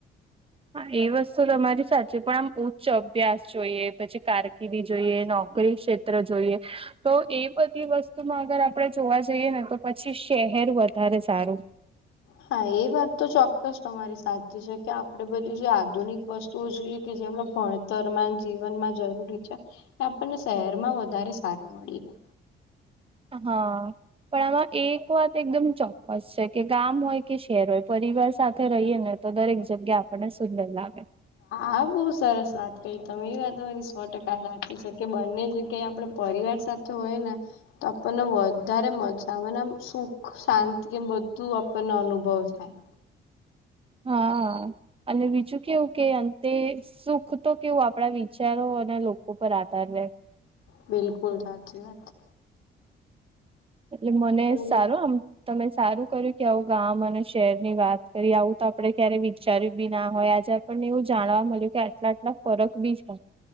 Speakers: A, on the right; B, on the left.
A: હા એ વસ્તુ તમારી સાચી પણ આમ ઉચ્ચ અભ્યાસ જોઈએ પછી કારકિર્દી જોઈએ નોકરી ક્ષે ત જોઈએ તો એ બધી વસ્તુમાં અગર આપણે જોવા જઈએ ને તો પછી શહેર વધારે સારું
B: હા એ વાત તો ચોક્કસ તમારી સા છે કે આપડે બધી જે આધુનિક વસ્તુઓ જોઈએ કે જે આપ ભણ તરન જીવનમાં જરૂરી છે એ આપણને શહેરમાં વધારે સાર મળી રહે
A: હા પણ આમાં એક વાત એકદમ ચોક્કસ છે કે ગામ હોય કે શહેર હોય પરિવાર સાથે રહીએ ને તો દરેક જગ્યા આપણને સુંદર લાગે
B: હ બહુ સરસ વાત કહી તમે એ વાત અરી સો ટકા સાી છે કે બંને જગ્યાએ આપણે પરિવાર સાથે હોય ને તો આપણને વધારે મજા આવેને સુખ શાંતિ એમ બધું આપણને અનુભવ થાય
A: હા અને બીજું કેવું કે અંતે સુખ તો કેવું આપણા વિચારો અને લોકો પર આધાર રહે
B: બિલકુલ સાચી વાત છે
A: એટલે મને
B: પણ
A: સારું આમ તમે સારું કર્યું કે આવું ગ મને શેર ની વાત કરી આવું તો આપડે ક્યારે વિચાર્યું બી ના હોય આજે આપણને એવું જાણવા મળ્યું કે આટલા આટલા ફરક બી છે